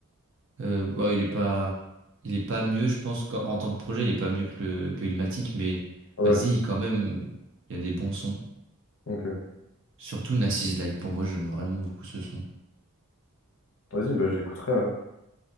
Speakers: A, on the right (about 55°); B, on the left (about 65°).
A: Euh, ouais, il est pas, il est pas mieux, je pense qu'en en tant que projet, il est pas mieux que, le, que Illmatic, mais
B: Ouais.
A: vas-y, quand même, il y a des bons sons.
B: Ok.
A: Surtout Nas is Like, pour moi, j'aime vraiment beaucoup ce son.
B: Vas-y, bah, j'écouterai alors.